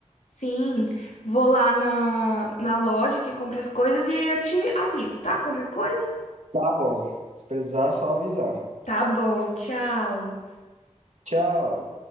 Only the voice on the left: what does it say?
sim, vou lá na, na loja que compra as coisas e aí eu te aviso, tá? Qualquer coisa?
Tá bom, tchau.